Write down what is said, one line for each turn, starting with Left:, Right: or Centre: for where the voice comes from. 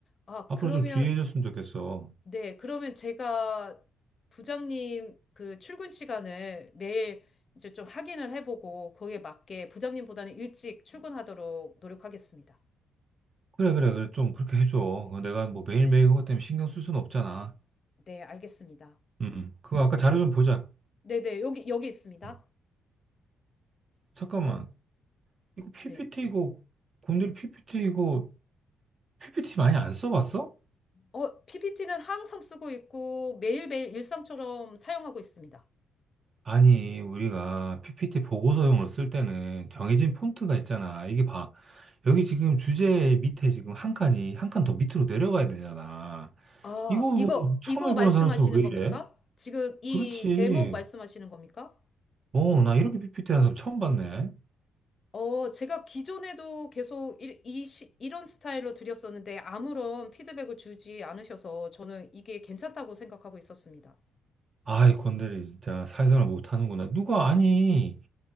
Left: 아,
Right: 앞으로
Left: 그러면,
Right: 좀 주의해줬으면 좋겠어.
Left: 네. 그러면 제가 부장님 그 출근 시간을 매일 이제 좀 확인을 해보고 거기에 맞게 부장님보다는 일찍 출근하도록 노력하겠습니다.
Right: 그래, 그래, 그래. 좀 그렇게 해줘. 어, 내가 뭐 매일매일 그것 때문에 신경 쓸 수는 없잖아.
Left: 네, 알겠습니다.
Right: 음, 그거 아까 자료 좀 보자.
Left: 네네, 여기, 여기 있습니다.
Right: 어, 잠깐만. 이거 PPT
Left: 네.
Right: 이거, 곰돌이 PPT 이거, PPT 많이 안 써봤어?
Left: 어, PPT는 항상 쓰고 있고 매일매일 일상처럼 사용하고 있습니다.
Right: 아니, 우리가 PPT 보고서용으로 쓸 때는 정해진 폰트가 있잖아. 이게 봐. 여기 지금 주제 밑에 지금 한 칸이 한 칸 더 밑으로 내려가야 되잖아.
Left: 아,
Right: 이거
Left: 이거,
Right: 뭐 처음
Left: 이거
Right: 해보는
Left: 말씀하시는
Right: 사람처럼 왜
Left: 겁니까?
Right: 이래?
Left: 지금 이
Right: 그렇지.
Left: 제목 말씀하시는 겁니까?
Right: 어, 나 이렇게 PPT 하는 사람 처음 봤네.
Left: 어, 제가 기존에도 계속 이, 이 시- 이런 스타일로 드렸었는데 아무런 피드백을 주지 않으셔서 저는 이게 괜찮다고 생각하고 있었습니다.
Right: 아이, 건달이 진짜 사회생활 못하는구나. 누가 아니.